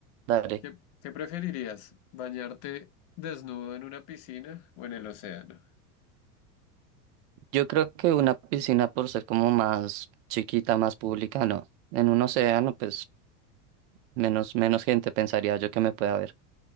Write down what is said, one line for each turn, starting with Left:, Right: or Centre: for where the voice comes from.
Right: Dale.
Left: ¿Qué, qué preferirías? ¿Bañarte desnudo en una piscina o en el océano?
Right: Yo creo que una piscina por ser como más chiquita, más pública, no. En un océano, pues menos, menos gente pensaría yo que me pueda ver.